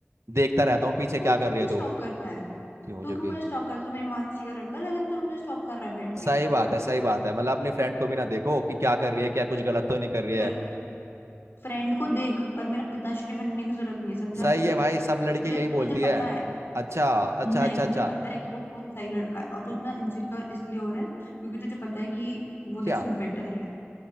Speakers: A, on the right; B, on the left.
A: देखता रहता हूँ पीछे
B: तू
A: क्या
B: क्यों
A: कर रही
B: मुझे
A: है तू
B: स्टॉक करता है
A: क्यों
B: तू
A: जो
B: क्यों
A: कि
B: मुझे स्टॉक करता है तू मेरी मासी का लड़का लगा तू मुझे स्टॉक कर रहा है बैठ के
A: सही बात है सही बात है मतलब अपनी फ्रेंड को भी ना देखो कि क्या कर रही है क्या कुछ गलत तो नहीं कर रही है
B: पर फ्रेंड को देख पर मेरा पिताश्री बनने की जरूरत नहीं है, समझा
A: सही
B: तू
A: है भाई सब लड़कियां
B: जब
A: यही
B: तुझे
A: बोलती
B: तुझे पता
A: है
B: है
A: अच्छा अच्छा
B: नहीं
A: अच्छा
B: तुझे
A: अच्छा
B: पता है कि वो बहुत सही लड़का है और तू इतना इनसिक्योर इसलिए हो रहा है क्योंकि तुझे पता है कि वो तेरे
A: क्या
B: से बेटर है